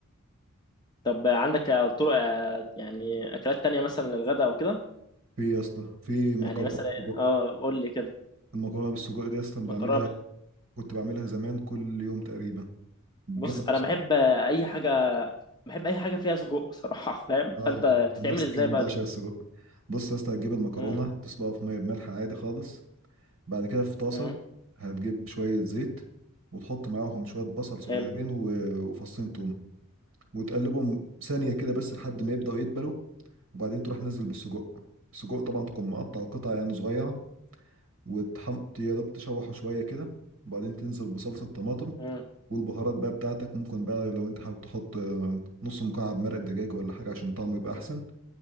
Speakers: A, on the left; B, on the right.
A: طب عندك طرق يعني اكلات تانية مثلا للغدا او كده
B: في يا اسطى في مكرونه
A: يعني مثلا
B: بالسجق
A: اه قول لي كده
B: المكرونه بالسجق دي اصلا بعملها
A: مكرونه
B: كنت بعملها زمان كل يوم تقريبا جامده
A: بص انا
B: بصراحه
A: بحب اي حاجه بحب اي حاجه فيها سجق صراحه <laughs> فاهم
B: اه
A: فانت بتتعمل
B: نفس
A: ازاي
B: الكلام
A: بقى
B: بقى عشان
A: دي
B: السجق بص يا اسطى هتجيب المكرونه
A: امم
B: تسلقها في ميه بملح عادي خالص بعد كده في طاسه
A: امم
B: هتجيب شويه زيت وتحط معاهم شويه بصل صغيرين
A: حلو
B: و- وفصين توم وتقلبهم ثانيه كده بس لحد ما يبداوا يدبلوا وبعدين تروح نزل بالسجق السجق طبعا تكون مقطع قطع يعني صغيره وتحم يا دوب تشوحه شويه كده وبعدين تنزل بصلصه طماطم
A: امم
B: والبهارات بقى بتاعتك ممكن بقى لو انت حابب تحط آه، نص مكعب مرق دجاج ولا حاجه عشان طعمه يبقى احسن